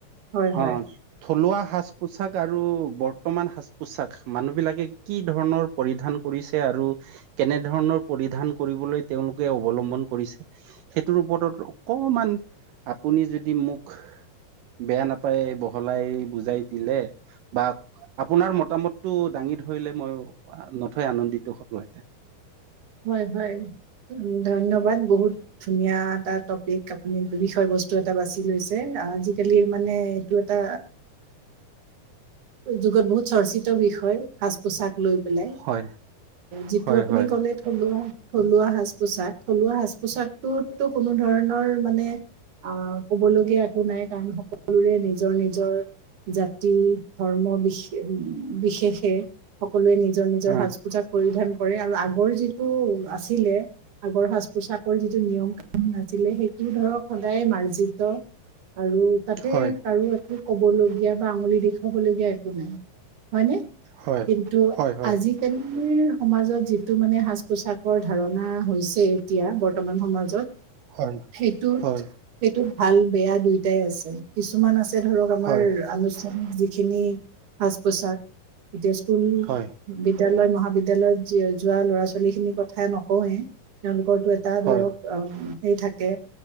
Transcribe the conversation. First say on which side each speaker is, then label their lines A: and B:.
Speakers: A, on the right; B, on the right.
A: হয় হয়
B: অ'। থলুৱা সাজ পোছাক আৰু বৰ্তমান সাজ পোছাক মানুহ বিলাকে কি ধৰণৰ পৰিধান কৰিছে আৰু কেনে ধৰণৰ পৰিধান কৰিবলৈ তেওঁলোকে অৱলম্বন কৰিছে। সেইটোৰ ওপৰত অকণমান আপুনি যদি মোক বেয়া নাপাই বহলাই বুজাই দিলে বা আপোনাৰ মতামতটো দাঙি ধৰিলে মই নথই আনন্দিত হ'লো হেতেন।
A: হয়, হয়। ধন্যবাদ বহুত। ধুনীয়া এটা টপিক আপুনি বিষয় বস্তু এটা বাছি লৈছে, আজিকালি মানে এইটো এটা যুগত বহুত চৰ্চিত বিষয় সাজ পোছাক লৈ।
B: হয়,
A: যিটো
B: হয়,
A: আপুনি
B: হয়,
A: ক'লে- থলুৱা থলুৱা সাজ পোছাক, থলুৱা সাজ পোচাকটোতো কোনো ধৰণৰ মানে আহ ক'বলগীয়া একো নাই, কাৰণ সকলোৰে নিজৰ নিজৰ জাতি ধৰ্ম বিশ বিশেষে সকলোৱে নিজৰ নিজৰ
B: উম,
A: সাজ পোজাক পৰিধান কৰে, আৰু আগৰ যিটো আছিলে আগৰ সাজ পোছাকৰ যিটো নিয়ম আছিলে সেইটোও ধৰক সদায় মাৰ্জিত, আৰু তাতে
B: হয়,
A: কাৰো এ ক'বলগীয়া বা আঙুলি দেখুৱাবলগীয়া একো নাই হয়নে?
B: হয়।
A: কিন্তু
B: হয়, হয়,
A: আজি তেনে সমাজত যিটো মানে সাজ পোছাকৰ ধাৰণা হৈছে এতিয়া বৰ্তমান সমাজত
B: হয়,
A: সেইটোত
B: হয়,
A: সেইটোত ভাল বেয়া দুয়টাই আছে। কিছুমান আছে ধৰক আমাৰ
B: হয়,
A: আনুষ্ঠানিক যিখিনি সাজ পোছাক। এতিয়া চোন
B: হয়,
A: বিদ্যালয় মহাবিদ্যালয়ত যোৱা ল'ৰা ছোৱালী খিনিৰ কথাই নকওঁয়ে, তেওঁলোকৰো এট- টা
B: হয়,
A: ধৰক
B: হয়,
A: সেই থাকে